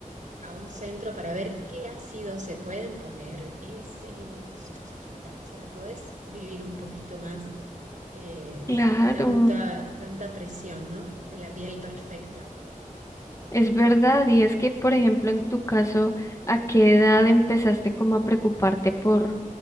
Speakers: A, on the right; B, on the left.
A: a un centro para ver qué ácidos se pueden poner, es, eh, sos chiquita, o sea, podés vivir un poquito más eh,
B: Claro,
A: sin tanta, tanta presión, ¿no? De la piel perfecta.
B: es verdad, y es que, por ejemplo, en tu caso, ¿a qué edad empezaste como a preocuparte por,